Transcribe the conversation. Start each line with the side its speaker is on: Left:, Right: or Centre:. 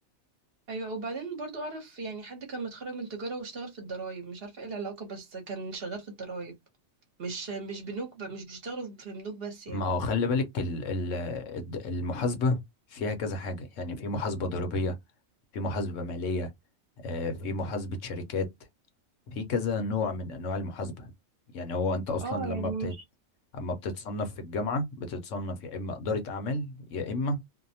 Right: ايوه وبعدين برضو اعرف يعني حد كان متخرج من تجاره واشتغل في الضرايب مش عارفه ايه العلاقه بس كان شغال في الضرايب مش مش بنوك ب... مش بيشتغلوا في بنوك بس
Left: ما
Right: يعني
Left: هو خلي بالك ال- ال- الد- المحاسبة فيها كذا حاجة يعني في محاسبة ضريبية في محاسبة مالية آه، في محاسبة شركات في كذا نوع من انواع المحاسبة يعني هو انت اصلا
Right: اه
Left: لما
Right: يعني
Left: بت
Right: مش
Left: اما بتتصنف في الجامعة بتتصنف يا اما إدارة اعمال يا اما